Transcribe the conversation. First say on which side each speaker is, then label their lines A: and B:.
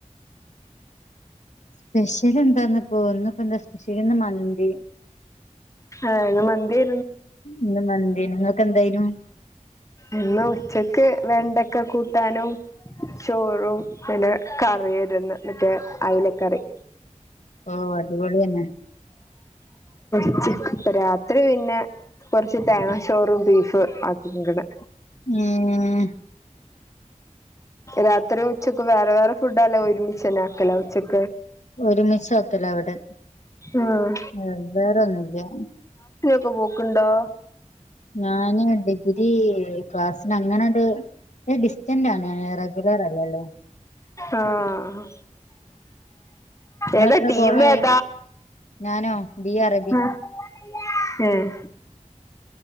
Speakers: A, on the left; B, on the left.
A: <inaudible> സ്പെഷ്യല് എന്താന്ന്പ്പോ ഇന്നിപ്പെ ന്താ സ്പെഷ്യലിന്ന് മന്തി
B: ആഹ് ഇന്ന് മന്തിയെ
A: ഇന്ന് മന്തിയേനു ഇങ്ങക്ക് എന്തേയ്‌നു
B: ഇന്ന് ഉച്ചക്ക് വെണ്ടെക്ക കൂട്ടാനും ചോറും പിന്നെ കറി ഇര്ന്ന് മറ്റെ അയ്ലക്കറി
A: ഓഹ് അടിപൊള്യന്നെ
B: ചിക്ക് ഇപ്പ രാത്രി പിന്നെ കൊറ്ച്ച് തേങ്ങാചോറും ബീഫും ആക്കിക്ക്ണ്
A: ഉം
B: രാത്രി ഉച്ചക്ക് വേറെ വേറെ ഫുഡാല്ല ഒരുമിച്ചെന്നെ ആക്കലാ ഉച്ചക്ക്
A: ഒരുമിച്ചാക്കല ഇവടെ
B: ആഹ്
A: ഏഹ് വേറൊന്നുല്യ
B: ഇപ്പൊ പോക്ക് ഇണ്ടോ
A: ഞാന് ഡിഗ്രി ക്ലാസ്സിന് അങ്ങനാണ്ട് ഡിസ്റ്റൻറ് ആണ് ഞാൻ റെഗുലർ അല്ലല്ലോ
B: ആഹ്
A: നിങ്ങള്
B: ഏതാ
A: എത്ര
B: ടീമേതാ
A: കോളായി ഞാനോ ബി അറബി
B: ആഹ് ഏഹ്